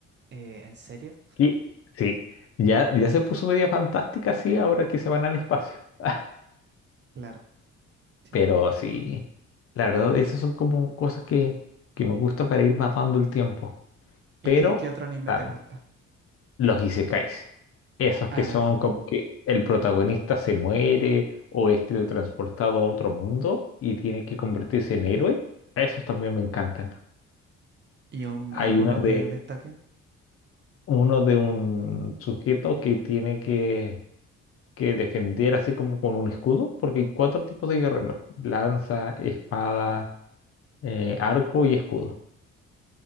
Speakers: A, on the right; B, on the left.
A: eh, ¿en serio?
B: Y sí, ya, ya se puso media fantástica, sí, ahora que se van al espacio. <laughs>
A: Claro, sí,
B: Pero
A: es verdad.
B: sí, la verdad, esas son como cosas que, que me gusta para ir matando el tiempo.
A: ¿Y
B: Pero,
A: qué, qué otro anime
B: claro,
A: te gusta?
B: los isekais, esos
A: Ah,
B: que son como que el protagonista se muere o es teletransportado a otro mundo y tiene que convertirse en héroe, esos también me encantan.
A: ¿y un,
B: Hay
A: alguno
B: una
A: que
B: de,
A: destaque?
B: uno de un sujeto que tiene que que defender así como con un escudo, porque hay cuatro tipos de guerreros, lanza, espada, eh, arco y escudo.